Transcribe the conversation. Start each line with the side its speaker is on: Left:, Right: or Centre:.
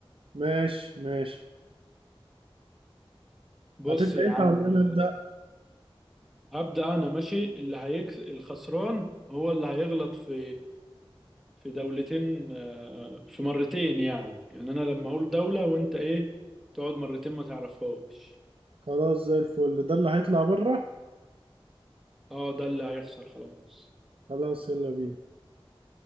Right: ماشي ماشي
Centre: بص
Right: هتبدأ
Centre: يا
Right: انت
Centre: عم
Right: ولا انا
Centre: آه،
Right: ابدأ
Centre: هبدأ انا ماشي اللي هيكس الخسران هو اللي هيغلط في في دولتين آه، في مرتين يعني يعني انا لما اقول دولة وانت ايه تقعد مرتين ما تعرفهاش
Right: خلاص زي الفل ده اللي هيطلع بره
Centre: اه ده اللي هيخسر خلاص
Right: خلاص يلا بينا